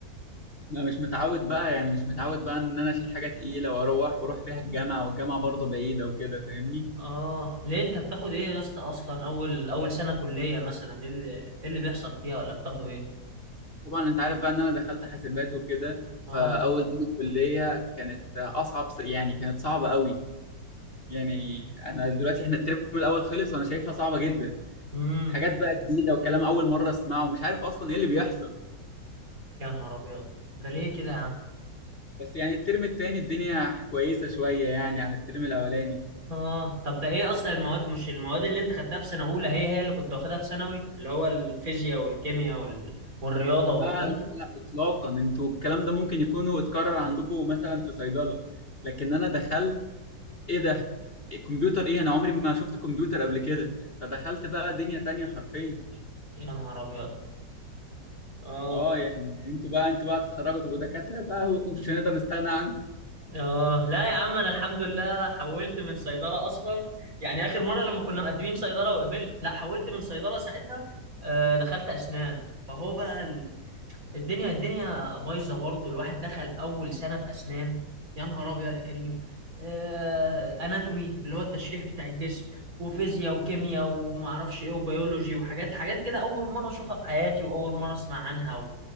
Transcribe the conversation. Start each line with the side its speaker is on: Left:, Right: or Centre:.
Left: <laughs> انا مش متعود بقى يعني مش متعود بقى ان انا اشيل حاجة تقيلة واروح واروح بيها الجامعة والجامعة برضه بعيدة وكده فاهمني
Right: اه ليه انت بتاخد ايه يا اسطى اصلا اول اول سنة كلية مثلا ايه اللي ايه اللي بيحصل فيها ولا بتاخده ايه
Left: طبعا انت عارف بقى ان انا دخلت حاسبات وكده فاول
Right: اه
Left: سنه كليه كانت اصعب س- يعني كانت صعبه قوي يعني انا دلوقتي احنا الترم الاول خلص وانا شايفها صعبه جدا
Right: امم
Left: حاجات بقى جديده وكلام اول مره اسمعه ومش عارف اصلا ايه اللي بيحصل
Right: يا نهار ابيض ده ليه كده يا عم
Left: بس يعني الترم التاني الدنيا كويسه شويه يعني عن الترم الاولاني
Right: اه طب ده ايه اصلا المواد مش المواد اللي انت خدتها في سنه اولى هي هي اللي كنت واخدها في ثانوي اللي هو الفيزياء والكيمياء وال... والرياضه
Left: لا
Right: والكلام
Left: لا
Right: ده
Left: لا اطلاقا انتوا الكلام ده ممكن يكونوا اتكرر عندكم مثلا في صيدله لكن انا دخلت ايه ده الكمبيوتر ايه انا عمري ما شفت كمبيوتر قبل كده فدخلت بقى دنيا تانية حرفيا
Right: يا نهار ابيض اه
Left: اه يعني انتوا بقى انتوا بقى تتخرجوا تبقوا دكاترة بقى ومش هنقدر نستغنى عنكم
Right: اه لا يا عم انا الحمد لله حولت من صيدله اصلا يعني اخر مره لما كنا مقدمين صيدله وقبلت لا حولت من صيدله ساعتها آه دخلت اسنان فهو بقى الدنيا الدنيا بايظه برضه الواحد دخل اول سنه في اسنان يا نهار ابيض يا كريم آه، اناتومي اللي هو التشريح بتاع الجسم وفيزياء وكيمياء وما اعرفش ايه وبيولوجي وحاجات حاجات كده اول مره اشوفها في حياتي واول مره اسمع عنها و...